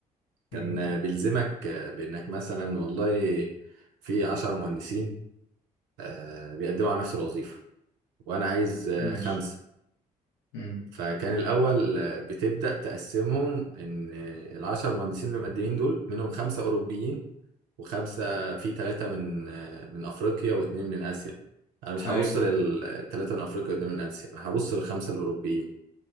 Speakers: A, on the right (about 70°); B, on the left (about 65°).
A: كان
B: مم.
A: بيلزمك بانك مثلا والله في عشرة مهندسين آه، بيقدموا على نفس الوظيفه وانا عايز آه،
B: ماشي
A: خمسه
B: مم.
A: فكان الأول آه، بتبدأ تقسمهم إن آه، العشر مهندسين اللي مقدمين دول منهم خمسة أوروبيين وخمسة في ثلاثة من من أفريقيا واتنين من آسيا أنا مش
B: ايوه
A: هبص للثلاثة من أفريقيا واتنين من آسيا أنا هبص للخمسة الأوروبيين